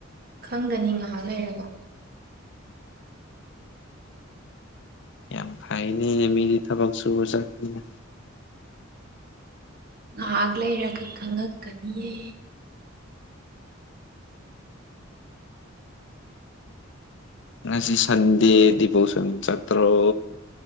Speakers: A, on the right; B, on the left.
A: ꯈꯪꯒꯅꯤ ꯉꯍꯥꯛ ꯂꯩꯔꯒ
B: ꯌꯥꯝ ꯐꯥꯏꯅꯦ ꯃꯤꯗꯤ ꯊꯕꯛ ꯁꯨꯕ ꯆꯠꯄꯅꯤꯅ
A: ꯉꯍꯥꯛ ꯂꯩꯔꯒ ꯈꯪꯉꯛꯀꯅꯤꯌꯦ
B: ꯉꯁꯤ ꯁꯟꯗꯦ ꯗꯤꯕꯣꯁꯟ ꯆꯠꯇ꯭ꯔꯣ